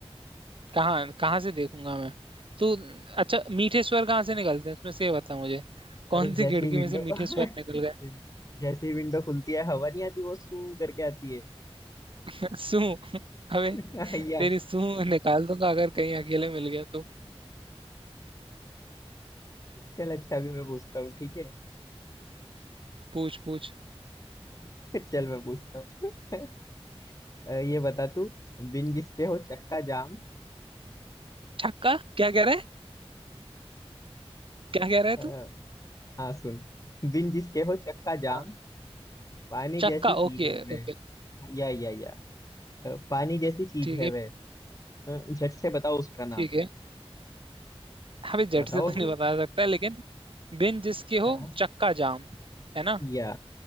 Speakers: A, on the right (about 55°); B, on the left (about 35°).
A: कहाँ कहाँ से देखूंगा मैं तो अच्छा मीठे स्वर कहाँ से निकलते हैं उसमें से ये बता मुझे कौन
B: अरे
A: सी
B: जैसे
A: खिड़की
B: ही विंडो
A: में से मीठे स्वर निकल
B: <laughs>
A: गए
B: जैसे ही विंडो <laughs> खुलती है हवा नहीं आती वो सू करके आती है
A: <laughs> सू अबे
B: <laughs> यस
A: तेरी सू निकाल दूंगा अगर कहीं अकेले मिल गया तो
B: चल अच्छा भी मैं पूछता हूँ ठीक है
A: पूछ पूछ
B: <laughs> चल मैं पूछता हूँ <laughs> अ, ये बता तू बिन जिसके हो चक्का जाम
A: छक्का क्या कह रहा है क्या कह रहा है
B: अ,
A: तू
B: हाँ सुन बिन जिसके हो चक्का जाम
A: हाँ,
B: पानी
A: चक्का
B: जैसी चीज
A: ओके
B: है वह
A: ओके
B: या या या अ, पानी जैसी चीज
A: ठीक
B: है
A: है
B: वह अ, झट से बताओ उसका नाम
A: ठीक है अभी झट
B: बताओ
A: से तो नहीं
B: भी
A: बता सकता लेकिन बिन जिसके हो
B: हाँ
A: चक्का जाम है ना
B: या